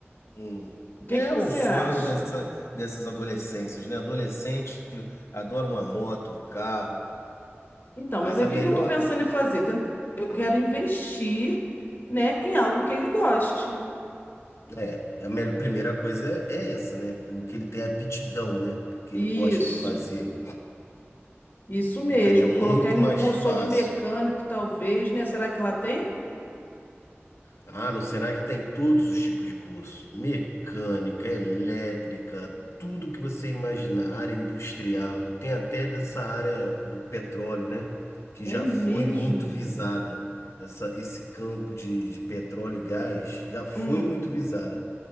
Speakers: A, on the left; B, on the left.
A: Hum.
B: O que
A: É
B: que você
A: o sonho
B: acha?
A: dessa, dessas adolescências, né? Adolescente adora uma moto, um carro,
B: Então,
A: mas
B: mas aí
A: a
B: o
A: melhor,
B: que que eu tô pensando em fazer? Tent- Eu quero
A: hum,
B: investir, né, em algo que ele goste.
A: é, a melhor, primeira coisa é, é essa, né? O que ele tem é aptidão, né? O que
B: Isso.
A: ele gosta de fazer.
B: Isso mesmo,
A: Ficaria muito
B: colocar ele
A: mais
B: no curso
A: fácil
B: ou de mecânico, talvez, né? Será que lá tem?
A: Ah, no Senac tem todos os tipos de curso: mecânica, elétrica, tudo que você imaginar, área industrial, tem até dessa área do petróleo, né? Que
B: É
A: já
B: mesmo.
A: foi muito visada. Essa, esse campo de, de petróleo e gás já foi
B: Hum.
A: muito visado.